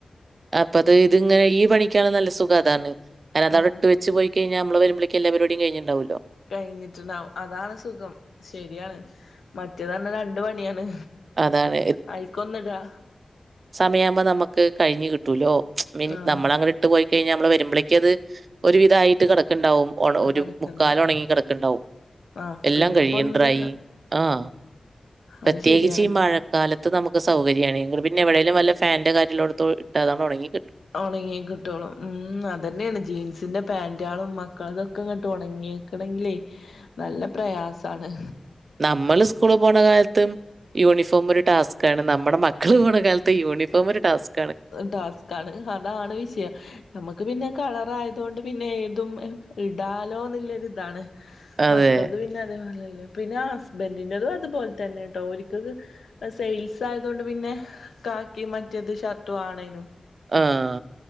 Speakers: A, on the right (about 60°); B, on the left (about 85°).
A: അപ്പ അത് ഇതിങ്ങനെ ഈ പണിക്കാണ് നല്ല സുഖം ആതാണ് അത്
B: ആഹ്
A: അവിടെട്ട് വച്ച് പോയി കഴിഞ്ഞാ നമ്മള വരുമ്പോ എല്ലാപരിപാടി കഴിഞ്ഞുണ്ടാവല്ലോ
B: കഴിഞ്ഞിട്ടുണ്ടാവും അതാണ് സുഖം ശരിയാണ് മറ്റേതന്ന രണ്ട് പണിയാണ്
A: അതാണ്
B: ആയിക്കൊന്നടാ
A: സമയമാവുമ്പോ നമുക്ക് കഴിഞ്ഞു കിട്ടൂലോ മീൻ
B: ആഹ്
A: നമ്മളങ്ങനെ വിട്ട് പോയി കഴിഞ്ഞാൽ നമ്മൾ വരുമ്പോളേക്ക് അത് ഒരുവിധയിട്ട് കിടക്കണ്ടാവും ഒരു
B: കടക്ക്ണ്ടാവും
A: മുക്കാല ഉണങ്ങി കിടക്കണ്ടാവും
B: ആഹ്
A: എല്ലാം
B: പിന്നെപ്പോ
A: കയ്യും
B: ഒന്ന്
A: ഡ്രൈ ആഹ് പ്രത്യേകിച്ച്
B: അത് ശരിയാണ്
A: ഈ മഴ കാലത്ത് നമുക്ക് സൗകര്യണ് പിന്നെ എവിടേലും വല്ല ഫാൻന്റെ കാറ്റ് ലോടത്തോ ഇട്ടാഅത് ഉണങ്ങി
B: ഉണങ്ങി കിട്ടുള്ളൂ ഉം അതന്നെയാണ് ജീൻസിന്റെ പാന്റ്ളും മക്കള്ളതും ക്ക ഉണങ്ങിക്കണങ്കില് നല്ല പ്രയാസമണ്
A: നമ്മള് ഉസ്കൂള് പോണ കാലത്തും യൂണിഫോമൊരു ടാസ്ക് ആണ് നമ്മുടെ മക്കള് പോണ കാലത്ത് യൂണിഫോം ഒരു ടാസ്ക്
B: ടാസ്കാണ് അതാണ് വിഷയം നമുക്ക് പിന്നെ കളറായതുകൊണ്ട് പിന്നെ ഏതും ഇടാലോ ന്നുള്ളൊരിതാണ്
A: അതെ.
B: മക്കളത് പിന്നെ അതേപോലെല്ലേ പിന്നെ ഹസ്ബൻഡിന്റെതും അതുപോലെ തന്നെ കേട്ടോ ഓരിക്ക ഇപ്പോ സെയിൽസ് ആയതൊണ്ട് പിന്നെ കാക്കി മറ്റേത് ഷർട്ടും ആണേനും
A: ആഹ്